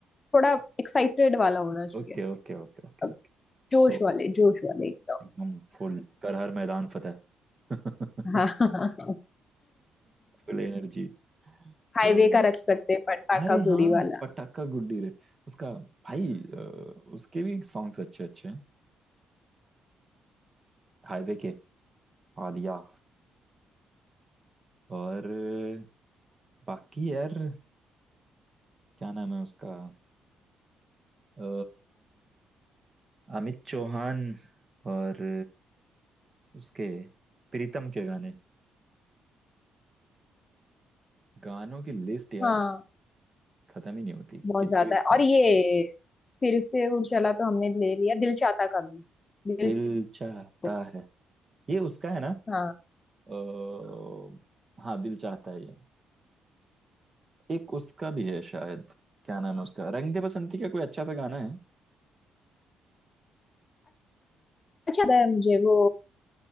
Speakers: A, on the left (about 30°); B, on the right (about 30°).
A: थोड़ा एक्साइटेड वाला होना चाहिए
B: Okay okay okay okay okay
A: अब
B: okay
A: जोश
B: तो
A: वाले जोश वाले एकदम
B: एकदम फुल कर हर मैदान फतेह <laughs>
A: <laughs> हाँ
B: Full energy
A: हाईवे
B: तो
A: का रख सकते हैं पटाखा
B: अरे
A: गुड़ी
B: हाँ
A: वाला
B: पटाखा गुड्डी रे उसका भाई अ, उसके भी सॉन्ग्स अच्छे अच्छे हैं हाईवे के आलिया और बाकी यार क्या नाम है उसका अ, अमित चौहान और उसके प्रीतम के गाने गानों की लिस्ट यार
A: हाँ
B: खत्म ही नहीं होती
A: बहुत
B: कितने
A: ज्यादा
B: भी
A: है और ये फिर से उड़ चला तो हमने ले लिया दिल चाहता का भी दिल
B: दिल चाहता
A: चाहता
B: है ये उसका है ना
A: हाँ
B: आ, हाँ दिल चाहता है ये एक उसका भी है शायद क्या नाम है उसका रंग दे बसंती का कोई अच्छा सा गाना है
A: अच्छा लगता है मुझे वो